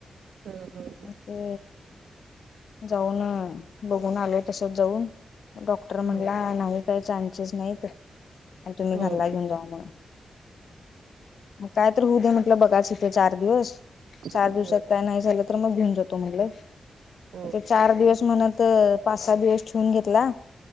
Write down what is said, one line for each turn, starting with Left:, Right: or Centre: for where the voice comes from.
Right: हा हा.
Left: ते जाऊन बघून आले तस जाऊन डॉक्टर म्हणला
Right: हम्म
Left: नाही काही चान्सेस नाहीत आणि तुम्ही
Right: हम्म
Left: घरला घेऊन जावा म्हणून काय तर होऊ दे म्हटलं बघाच इथे चार दिवस चार
Right: हम्म
Left: दिवसात
Right: हम्म
Left: काय नाही झालं तर मग घेऊन जातो म्हटलं.
Right: हम्म
Left: ते चार दिवस म्हणत पाच सात दिवस ठेवून घेतला